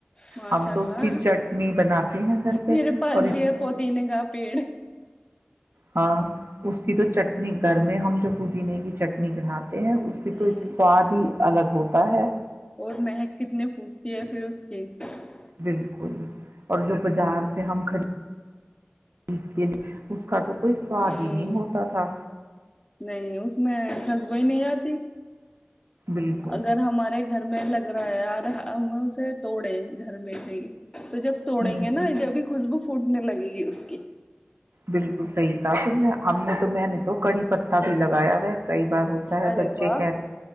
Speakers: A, on the left; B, on the right.
A: ماشاء
B: ہم
A: اللہ
B: تو اس کی چٹنی بناتے ہیں گھر پہ
A: میرے پاس
B: اور
A: بھی ہے پودی نے کااہ پیڑ
B: ہاں اس کی تو چٹنی گھر میں ہم جو پوودینے کی چٹنی بناتے <inaudible> ہیں اس
A: ہوں
B: کے تو ایک سواد ہی الگ ہوتا ہے
A: اور مہک کتنی پھوٹتی <unintelligible>
B: بالکل اور جو بازار سے ہم خرید خرید کے لیے اس کا تو کوئی سواد
A: ہ
B: ہی نہیں ہوتا ت تھاا
A: نہیں اس میں خشبوئی نہیں آتی
B: بالکل
A: اگر ہمارے گ میں لگ رہا ہے یار ہم اسے توڑے گھر میں سے ہی تو جب توڑیں
B: ہ
A: گے نا جب خوشبو پوٹنے لگے گی اس کی
B: بالکل صحیح تھا تو میں ہم نے تو میں نے تو کڑی پ پ بھی لگا <inaudible> ایا کئی بار ہوتا ہے
A: ارے
B: بچے
A: واہ
B: کے